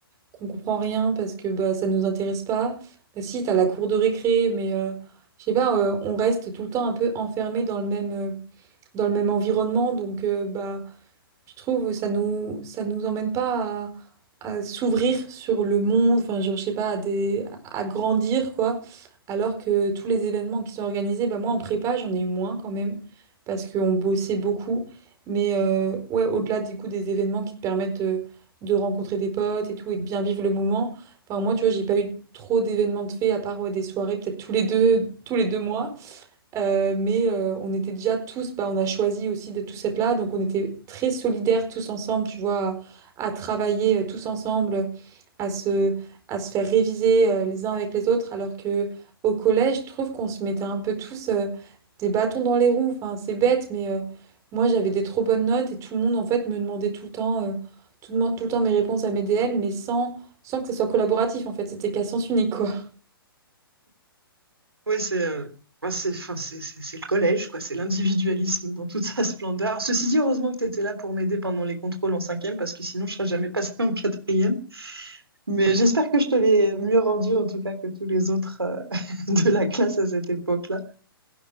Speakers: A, on the right; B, on the right.
A: qu'on comprend rien parce que bah, ça nous intéresse pas. Euh, si, t'as la cour de récré, mais euh, je sais pas, euh, on reste tout le temps un peu enfermé dans le même, euh, dans le même environnement. Donc, euh, bah, Je trouve ça nous ça nous emmène pas à, à s'ouvrir sur le monde, enfin genre, je sais pas, à des à grandir quoi. Alors que tous les événements qui sont organisés, bah moi en prépa j'en ai eu moins quand même parce qu'on bossait beaucoup. Mais euh, ouais, au-delà du coup des événements qui te permettent de, de rencontrer des potes et tout et de bien vivre le moment. Enfin moi tu vois j'ai pas eu trop d'événements de fait à part ouais, des soirées peut-être tous les deux tous les deux mois. Euh, mais euh, on était déjà tous, bah, on a choisi aussi de tous être là, donc on était très solidaires tous ensemble, tu vois, à, à travailler euh, tous ensemble, à se, à se faire réviser euh, les uns avec les autres, alors que au collège, je trouve qu'on se mettait un peu tous euh, des bâtons dans les roues. Enfin, c'est bête, mais euh, moi j'avais des trop bonnes notes et tout le monde en fait me demandait tout le temps, euh, tout, le monde- tout le temps mes réponses à mes DM, mais sans, sans que ce soit collaboratif en fait, c'était qu'à sens unique quoi.
B: Ouais, c'est euh, enfin, c'est enfin, c'est- c'est- c'est le collège, quoi. C'est l'individualisme dans toute sa splendeur. Ceci dit, heureusement que tu étais là pour m'aider pendant les contrôles en cinquième, parce que sinon, je serais jamais passée en quatrième. Mais j'espère que je te l'ai mieux rendu en tout cas que tous les autres euh, <laughs> de la classe à cette époque-là.